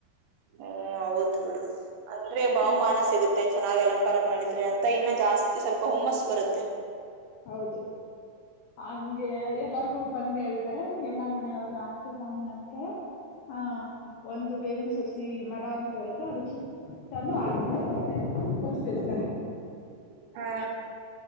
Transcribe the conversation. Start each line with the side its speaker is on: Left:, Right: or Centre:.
Right: ಹ್ಮ್ ಹೌದ್ ಬಿಡು ಅಂದ್ರೆ ಬಹುಮಾನ
Left: ಹ
Right: ಸಿಗುತ್ತೆ ಚೆನ್ನಾಗಿ್ ಅಲಂಕಾರ ಮಾಡಿದ್ರೆ ಅಂತ ಇನ್ನ ಜಾಸ್ತಿ ಜಾಸ್ತಿ ಸ್ವಲ್ಪ ಹುಮ್ಮಸ್ ಬರುತ್ತೆ
Left: ಹೌದು ಹಂಗೆ ಎಲ್ಲರಿಗೂ ಬಂದ ಹೇಳ್ತಾರೆ ಎಲ್ಲಾ ಮನೆಯವರು ತಗೊಂಡ್ ನಂತ ಹ ಒಂದು ಬೇವಿನ ಸಸ್ ಮರ ಅಂತ ಇರುತ್ತೆ ಅದಕ್ಕೆ ಸುತ್ತಲು ಆಸ್ತಿಕನ್ನ ಯೂಚ್ತಾರೆ
Right: ಹಾ